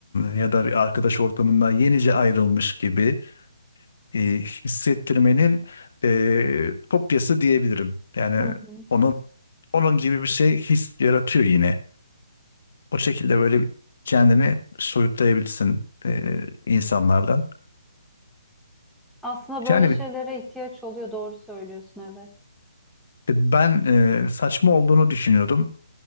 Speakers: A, on the left (about 50°); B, in the centre.
A: ya da bir arkadaş ortamından yenice ayrılmış gibi e, hissettirmenin e, kopyası diyebilirim. Yani
B: Hı hı.
A: onun onun gibi bir şey his yaratıyor yine. O şekilde böyle bir kendini soyutlayabilirsin e, insanlardan.
B: Aslında böyle
A: Yani
B: şeylere ihtiyaç oluyor, doğru söylüyorsun evet.
A: e, ben e, saçma olduğunu düşünüyordum